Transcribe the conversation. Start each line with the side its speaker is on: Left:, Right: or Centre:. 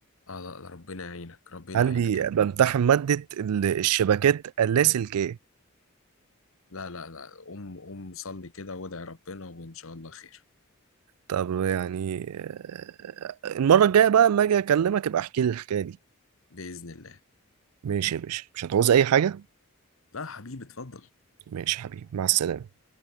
Left: اه لا لا، ربنا يعينك ربنا
Right: عندي
Left: يعينك
Right: بمتحن مادة ال- الشبكات اللاسلكية
Left: لا لا لا قوم قوم صلي كده وادعي ربنا وان شاء الله خير
Right: طب يعني آه، المرة الجاية بقى اما اجي اكلمك ابقى احكي لي الحكاية دي
Left: بإذن الله
Right: ماشي يا باشا مش هتعوز اي حاجة
Left: لا حبيبي اتفضل
Right: ماشي يا حبيبي مع السلامة